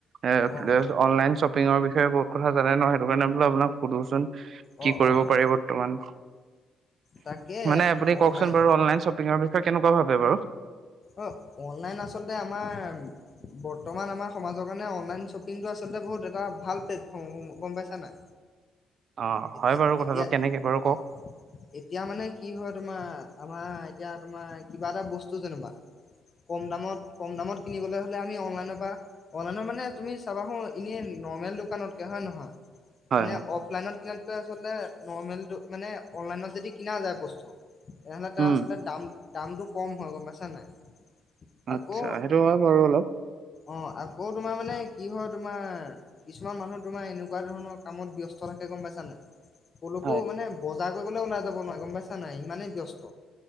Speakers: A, on the right; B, on the left.
A: এ
B: অ'
A: অনলাইন শ্বপিঙৰ বিয় বহত কথা জানে ন সেই কাৰণে বোল আপোনাক সোধোচোন। কি
B: অ'
A: কৰিব
B: অ' অ'
A: পাৰি বৰ্তমান
B: তাকে
A: মানে আপুনি
B: অনলাইন
A: কওকচোন বাৰু অনলাইন শ্বপিংৰ পিছত কেনেকুৱা ভাবে বাৰু
B: অ অনলাইন আচলতে আমাৰ বৰ্তমান আমাৰ সমাজৰ কাৰণে অনলাইন শ্বপিংটো আচলতে বহুত এটা ভাল প্লেটফৰ্ম গম পাইছ নাই।
A: অ
B: এতিয়া
A: হয় বাৰু কথাটো
B: এতিয়া
A: কেনেকে বাৰু কওক
B: অ এতিয়া মানে কি হয় তোমাৰ আমাৰ এতিয়া তোমাৰ কি? আমাৰ এতিয়া তোমাৰ কি? কম দামত কম দামত কিনিবলৈ হ'লে আমি অনলাইনৰ পৰা অনলাইনৰ মানে তুমি চাবাোন এনেই নৰ্মেল দোকানতকে হয় নহয়।
A: হয়
B: মানে
A: হয়
B: অফলাইনত কিমান? নৰ্মেল মানে অনলাইনত যদি কিনা যায় বস্তু। তেহলে তেওঁ
A: উম
B: আচলতে দাম দামটো? কম হয় গম পাইছা নাই
A: আচ্ছা
B: আকৌ
A: সেইটো হয় বাৰু অলপ
B: অ' আকৌ তোমাৰ মানে কি হয় তোমাৰ কিছুমান মানুহ তোমাৰ এনেকুৱা ধৰণৰ কামত ব্যস্ত থাকে গম পাইছানে? ক'লোকো
A: হয়
B: মানে ব বজা কৰিবলৈ ওলাই যাব নোৱাৰে গম পাইছা নাই ইমানেই ব্যস্ত